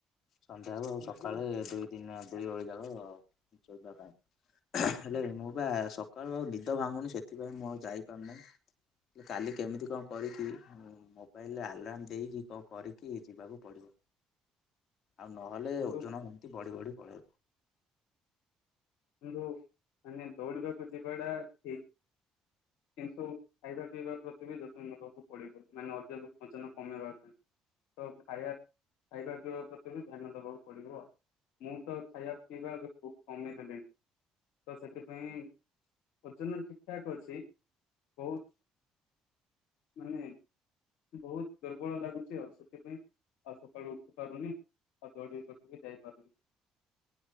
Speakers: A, on the left (about 60°); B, on the left (about 80°).
A: ସନ୍ଧ୍ୟା ହଉ ଆଉ ସକାଳେ ଦୁଇ ତିନି ଦୁଇ ଓଳି ଯାକ ଆଉ ଚୋଇବା ପାଇଁ। ହେଲେ ମୁଁ ବା ସକାଳୁ ଆଉ ନିଦ ଭାଙ୍ଗୁନି ସେଥିପାଇଁ ମୁଁ ଆଉ ଯାଇପାରୁ ନାହିଁ। ହେଲେ କାଲି କେମିତି କଣ କରିକି ମୋବାଇଲରେ ଆଲାରାମ ଦେଇକି କରିକି ଯିବାକୁ ପଡିବ। ଆଉ ନହେଲେ
B: ବନ୍ଧୁ
A: ଓଜନ ଏମତି ବଢି ବଢି ପଳେଇବ।
B: କିନ୍ତୁ ଆମେ ଦୈଡିବାକୁ ଯିବା ଟା ଠିକ କିନ୍ତୁ ଖାଇବା ପିଇବା ପ୍ରତି ବି ଯତନ ନେବାକୁ ପଡିପାରେ ମାନେ ଅଧିକ ଓଜନ କମେଇବା ପାଇଁ। ତ ଖାଇବା ଖାଇବା ପିଇବା ପ୍ରତି ବି ଧ୍ୟାନ ଦବାକୁ ପଡିବ ଆଉ। ମୁଁ ତ ଖାଇବା ପିଇବା ଏବେ ବୋହୁତ କମେଇ ଦେଲିଣି। ତ ସେଥିପାଇଁ ଓଜନ ଠିକ ଠାକ୍ ଅଛି ବୋହୁତ ମାନେ ବୋହୁତ ଦୁର୍ବଳ ଲାଗୁଛି ଆଉ ସେଥିପାଇଁ ଆଉ ସକାଳୁ ଉଠି ପାରୁନି। ଆଉ ଦୌଡ଼ିବାକୁ ବି ଯାଇପାରୁନି।